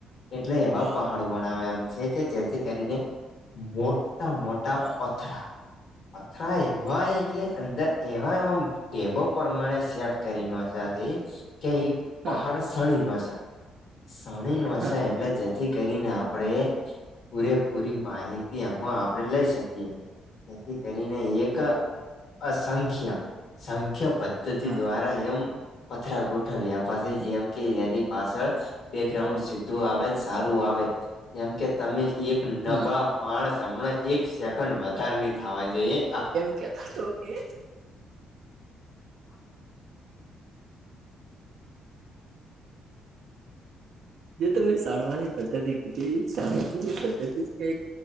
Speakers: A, on the left; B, on the right.
A: એટલે એવા
B: હા
A: પહાડો બનાવ્યામ છે કે જેથી કરીને, મોટા મોટા
B: હા
A: પથરા, પથરા એવાય
B: હા
A: એટલે અંદર્ એવા એ ટેબો પ્રમાણે સેટ કરીને હથી, કે
B: હા
A: પહાડ શણી ન્વાશા, શણી ન્વાસાા
B: હા
A: એટલે જેથી કરીને આપણેે પૂરેપૂરી માહિતી આમાં આપડે લઈ શકીએથી કરીને એક અસંખ્ય સંખ્ય પદ્ધતિ
B: હા
A: દ્વારા એમ પથરા ગોઠ વ્યાપ છે જેમ કે જેની પાછળ બેગ્રાઉન્ડ સીધું આવે સારું આવે કેમ કે તમે એક નબળા
B: હા
A: માણસ હમણાં એક સેકન્ડ વધારેની થવા જઈએ આ
B: કતાા તો કે જે તમે શણવાની પદ્ધતિ કીધી એ શણની પદ્ધતિ છે